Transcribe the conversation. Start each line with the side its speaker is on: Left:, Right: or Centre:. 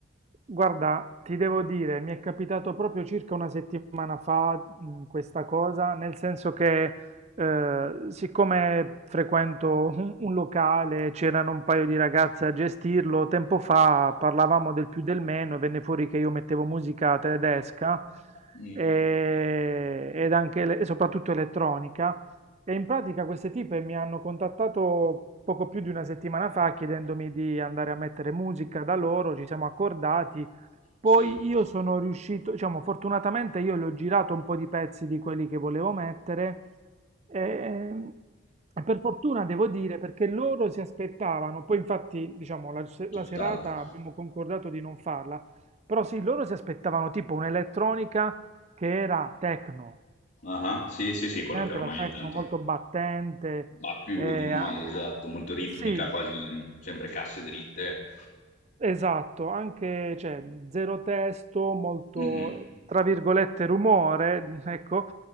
Right: Guarda, ti devo dire, mi è capitato proprio circa una settimana fa, mh, questa cosa, nel senso che eh, siccome frequento un, un locale, c'erano un paio di ragazze a gestirlo, tempo fa parlavamo del più del meno e venne fuori che io mettevo musica tedesca
Left: Mm,
Right: e- ed anche le- e soprattutto elettronica. E in pratica queste tipe mi hanno contattato poco più di una settimana fa chiedendomi di andare a mettere musica da loro, ci siamo accordati. Poi
Left: sì,
Right: io sono riuscito, diciamo, fortunatamente io le ho girato un po' di pezzi di quelli che volevo mettere. ehm, E, per fortuna devo dire perché loro si aspettavano, poi infatti, diciamo, la se-
Left: tutt'altro.
Right: la serata abbiamo concordato di non farla, però sì, loro si aspettavano tipo un'elettronica che era techno.
Left: Ah, sì, sì, sì,
Right: Presente
Left: quello che ormai
Right: la techno
Left: tanto.
Right: molto battente,
Left: Va più
Right: eh,
Left: di moda,
Right: a-
Left: esatto, molto ritmica,
Right: sì,
Left: quasi sempre casse dritte.
Right: Esatto, anche cioè, zero testo, molto,
Left: Mm-mm.
Right: tra virgolette, rumore, <laughs> ecco,